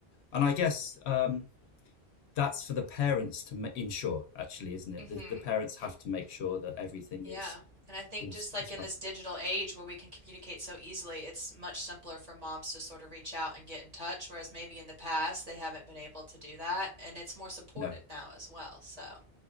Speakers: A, on the left; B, on the right.
A: And I guess um, that's for the parents to ensure, actually, isn't it?
B: Mm-hmm.
A: The, the parents have to make sure that everything
B: Yeah.
A: is
B: And I think
A: is
B: just like
A: is
B: in
A: right.
B: this digital age where we can communicate so easily, it's much simpler for moms to sort of reach out and get in touch, whereas maybe in the past they haven't been able to do that. And it's more supported
A: No.
B: now as well. So.